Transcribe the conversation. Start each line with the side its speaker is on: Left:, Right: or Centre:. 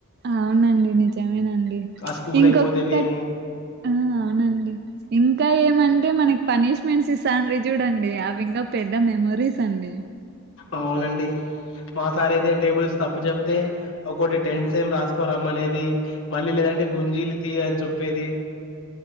Right: అవునండి నిజమేనండి
Left: ఆ స్కూల్
Right: ఇంకొకటి
Left: అయిపోతేనే
Right: ఆ అవునండి ఇంకా ఏమంటే మనకి పనిష్మెంట్స్ ఇస్తాండ్రి చూడండి అవి ఇంకా పెద్ద మెమోరీస్ అండి
Left: అవునండి మా సార్ అయితే టేబుల్స్ తప్పు చెప్తే ఒకటి టెన్ టైమ్స్ రాసుకోని రమ్మ అనేది మళ్ళీ లేదంటే గుంజీలు తీ అని చెప్పేది